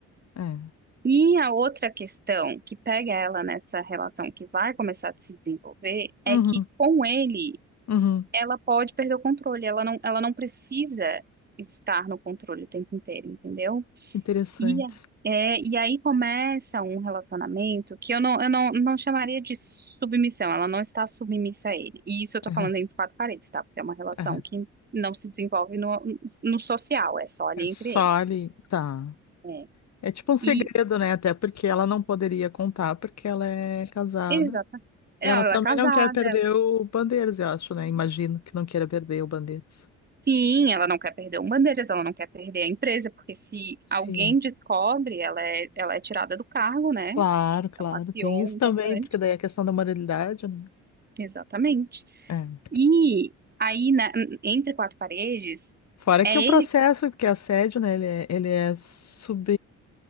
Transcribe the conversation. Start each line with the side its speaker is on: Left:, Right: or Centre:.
Left: É.
Right: E a outra questão que pega ela nessa relação que vai começar a se desenvolver
Left: Uhum,
Right: é que com ele
Left: uhum.
Right: ela pode perder o controle, ela não, ela não precisa estar no controle o tempo inteiro, entendeu?
Left: Interessante.
Right: E, a- é, e aí começa um relacionamento que eu não, eu não, não chamaria de submissão, ela não está submissa a ele. E isso eu tô
Left: Aham,
Right: falando entre quatro paredes, tá? Porque é uma relação
Left: aham.
Right: que não se desenvolve no, no social, é só ali
Left: É só
Right: entre eles.
Left: ali. Tá.
Right: É.
Left: É tipo um segredo,
Right: E,
Left: né? Até porque ela não poderia contar, porque ela é casada.
Right: exata. Ela
Left: E ela também
Right: é casada.
Left: não quer perder o Bandeiras, eu acho, né? Imagino que não queira perder o Bandeiras.
Right: Sim, ela não quer perder o Bandeiras, ela não quer perder a empresa, porque se
Left: Sim,
Right: alguém descobre, ela é, ela é tirada do cargo, né?
Left: claro,
Right: Que
Left: claro.
Right: é uma CEO
Left: Tem isso também,
Right: importante.
Left: porque daí a questão da moralidade, né?
Right: Exatamente.
Left: É.
Right: E aí, na- entre quatro paredes,
Left: Fora que
Right: é
Left: o processo,
Right: ele.
Left: porque é assédio, né? Ele é, ele é sub.